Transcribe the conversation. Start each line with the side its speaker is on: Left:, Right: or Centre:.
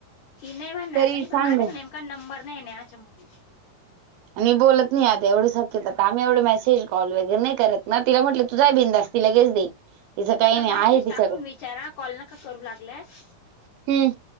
Left: ती नाही म्हणणार
Right: तरी
Left: नाही.
Right: सांग
Left: पण माझ्या नेम का. नंबर नये. नेयाच्या मम्मीचा.
Right: आणि बोलत नाही एवढं सक्यता. आम्ही एवढे मेसेज कॉल वगैरे नाही करत ना. तिला म्हटलं तु जाय बिंदास. ति लगेच देईल. तिचं काही
Left: नका.
Right: नाही
Left: मेसेज
Right: आहे तिच्याकडे
Left: टाकून विचारा. कॉल नका करू लागलास.
Right: हम्म